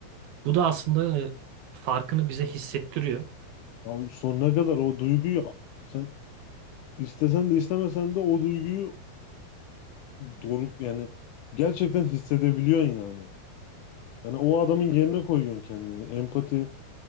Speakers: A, on the right; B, on the left.
A: Bu da aslında e, farkını bize hissettiriyor.
B: Ya sonuna kadar o duyguyu sen istesen de istemesen de o duyguyu doruk yani gerçekten hissedebiliyorsun yani. Yani o adamın yerine koyuyorsun kendini. Empati